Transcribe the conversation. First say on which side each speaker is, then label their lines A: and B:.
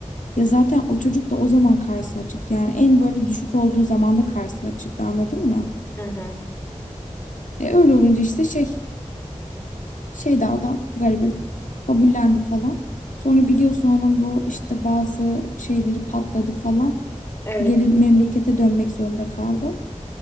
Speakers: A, on the left; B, on the left.
A: ya zaten o çocuk da o zaman karşısına çıktı yani en böyle düşük olduğu zamanda karşısına çıktı anladın mı?
B: Hı hı.
A: E, öyle olunca işte şey şey daha da garibim kabullendi falan. Sonra biliyorsun onun bu işte bazı şeyleri patladı falan.
B: Evet
A: Geri memlekete dönmek zorunda kaldı.